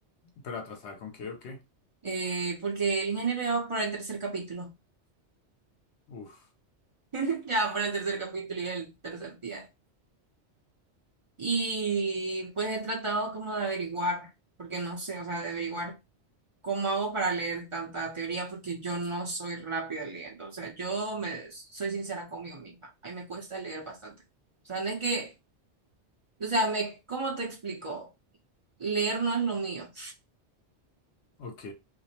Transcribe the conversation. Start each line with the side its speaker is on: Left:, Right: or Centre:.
Left: ¿Pero atrasada con qué o qué?
Right: Eh, porque el ingeniero ya va por el tercer capítulo,
Left: Uf.
Right: <laughs> ya va por el tercer capítulo y el tercer día. Y pues he tratado como de averiguar, porque no sé, o sea, de averiguar ¿Cómo hago para leer tanta teoría? Porque yo no soy rápida leyendo. O sea, yo me soy sincera conmigo misma. A mí me cuesta leer bastante. O sea, no es que, o sea, me, ¿cómo te explico? Leer no es lo mío.
Left: Ok.